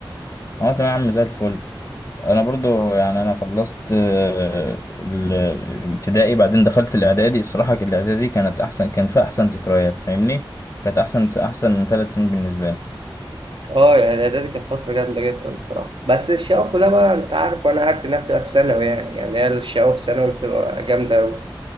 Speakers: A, on the left (about 35°); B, on the right (about 75°).
A: اه تمام يا عم زي الفل انا برضو يعني انا خلصت آه، ال- الابتدائي بعدين دخلت الاعدادي الصراحة الاعدادي كانت احسن كان فيها احسن ذكريات فاهمني كانت احسن احسن ثلاث سنين بالنسبة لي
B: اه يعني اعدادي كانت فترة جامدة جدا الصراحة بس الشقاوة كلها بقى انت عارف وانا عارف انها بتبقى في ثانوي يعني يعني هي الشقاوة في ثانوي بتبقى جامدة أوي